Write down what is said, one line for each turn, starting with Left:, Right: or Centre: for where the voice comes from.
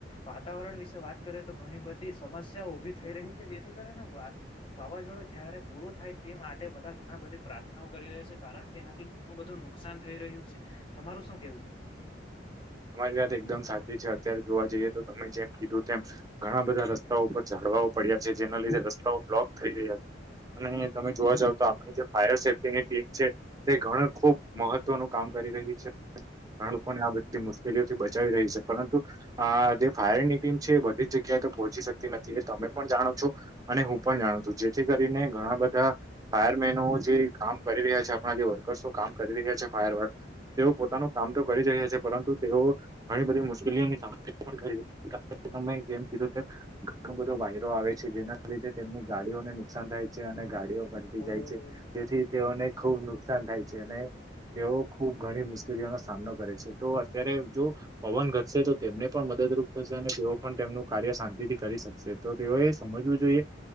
Left: વાતાવરણ વિશે વાત કરીએ તો ઘણી બધી સમસ્યાઓ ઉભી થઈ રહી છે. જેથી કરે ને વાત વાવાઝોડું જયારે પૂરું થાય તે માટે બધા ઘણા બધી પ્રા કરી રહ્યા છે કારણ કે એનાથી ઘણું બધું નુકસાન થઈ રહ્યું છે તમારું શું કેવું છે. <inaudible>
Right: તમારી વાત એકદમ સાચી છે અત્યારે જોવા જઈએ તો તમે જેમ કીધું તેમ ઘણા બધા રસ્તાઓ ઉપર ચડો પડ્યા છે જેના લીધે રસ્તાઓ બ્લોક થઈ રહ્યા છે. અને તમે જોવા જાવ તો આપણી જે ફાયર સેફ્ટીની ટીમ છે તે ઘણ ખુબ મહત્વનું કામ કર રહી છે બા લોકોકોને આ બધા જે મુશ્કેલીઓથી બચાવી રહી છે પરંતુ જે ફાયરની ટીમ છે એ બધી જગ્યા તો પહોંચી શકતી નથી એ તમે પણ જાણો છો અને હું પણ જાણું છું જેથી કરીને ઘણા બધા ફાયરમેનો જે કામ કરી રહ્યા છે આપણા જે વર્કર્સો કામ કરી રહ્યા છે ફાયર વર્ગ તેઓ પોતાનું કામ તો કરી રહ્યા છે પરંતુ તેઓ ઘણી બધી મુશ્કેલીઓની સામના પણ કરી તમે જેમ કીધું કે ઘણો બધો વાયરો આવે છે જેના લીધે તેમની ગાડીઓને નુકસાન થાય છે અને ગાડીઓ મતી
Left: ઓ.
Right: જાય છે જેથી તેઓને ખુબ નુકસાન થાય છે અને તેઓ ખુબ ઘણી મુશ્કેલીઓનો સામનો કરે છે તો અત્યારે જો પવન ઘટશે તો તેમને પણ મદદરૂપ થશે અને તેઓ પણ તેમનું કાર્ય શાંતિ થી કરી શકે તો તેઓ એ સમજવું જોઈએ